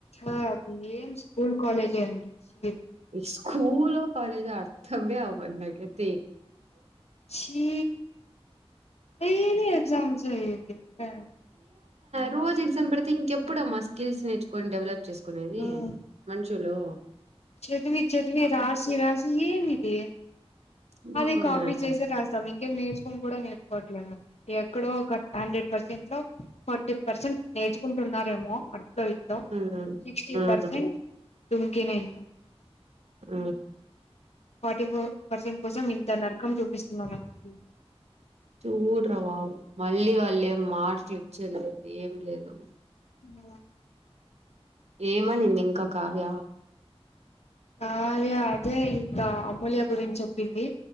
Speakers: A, on the left; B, on the right.
A: ఆ అది ఏం స్కూల్ కాలేజే అంట శ
B: స్కూల్లో పడేదే అర్థమే అవద్ నాకైత్
A: ఛీ డైలీ ఎగ్జామ్సే ఆ
B: రోజూ ఎగ్జామ్ పేడితే ఇంకేప్పుడమ్మా స్కిల్స్ నేర్చుకొని డెవలప్ చేసుకునేది
A: ఉమ్
B: మన్షి అందులో
A: చదివి చదివి రాసి రాసి ఏమిది
B: ఉమ్
A: అదే కాపి చేసే రాస్తాం ఇంకేం నేర్చుకోను కూడా నేర్చుకోవట్లేదు ఎక్కడో ఒక హండ్రెడ్ పర్సెంట్ లో ఫార్టీ పర్సెంట్ నేర్చుకుంటున్నారేమో అట్లో ఇట్లో
B: ఉమ్
A: సిక్స్టీ పర్సెంట్ డుంకి నే ఇంకా
B: ఊ
A: ఫార్టీ ఫోర్ పర్సెంట్ కోసం ఇంత నరకం చూపిస్తున్నారు అందరికి
B: చూడ్రవా మళ్ళీ వాళ్ళ ఏం మార్కులు ఇచ్చేలేదు ఏం లేదు
A: ఆ
B: ఏమనింది ఇంకా కావ్య
A: కావ్యా అదే ఇంకా అమూల్య గురించి చెప్పింది